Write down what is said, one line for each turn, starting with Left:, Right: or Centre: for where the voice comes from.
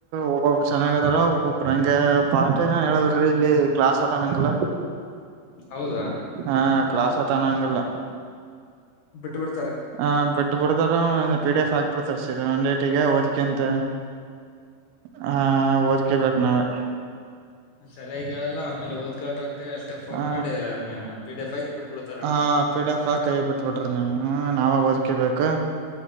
Right: ಒಬ್ಬೊಬ್ಬರ್ ಚೆನ್ನಾಗ ಅದಾರ ಒಬ್ಬೊಬ್ಬ್ರ ಹಂಗೆ. ಪಾಠ ಏನ ಹೇಳಲ್ರಿ ಇಲ್ಲಿ ಕ್ಲಾಸ್ ಹತನಂಗಲ್ಲ
Left: ಹೌದಾ
Right: ಹ ಕ್ಲಾಸ ತಾನಾಂಗಿಲ್ಲ.
Left: ಬಿಟ್ಬಿಡು
Right: ಹ ಬಿಟ್ಟು ಬಿಡದಾರ ಅವ್ನಿಗೆ. ಪಿಡಿಫ್ ಹಾಕ್ಬಿಡ್ತಾರೆ ಸೀ ಒನ್ ರೇಟಿಗೆ ಓದ್ಕ್ಯ ಅಂತ. ಹ ಓದುಕ್ಯ
Left: ಹ
Right: ಬೇಕು ನಾವೇ ನಾವೇ.
Left: ಸರಿಯಾಗಿ ಹೇಳಲ್ಲಾ ಆಮೇಲೆ ಓದ್ಕಾರಂನ್ ಅಷ್ಟೇ ಫೋನ್
Right: ಆ
Left: ಮಾಡಿ ಅನ್ನ ಪಿ ಡಿ ಎಫ್ ಹಾಕ್ ಬಿಟ್ಬಿಡ್ತಾರನ್
Right: ಹ ಪಿ ಡಿ ಎಫ್ ಕೈ ಬಿಟ್ಬಿಟ್ರಿ ನೀವು ನಾವ ಓದಕ್ಯಬೇಕು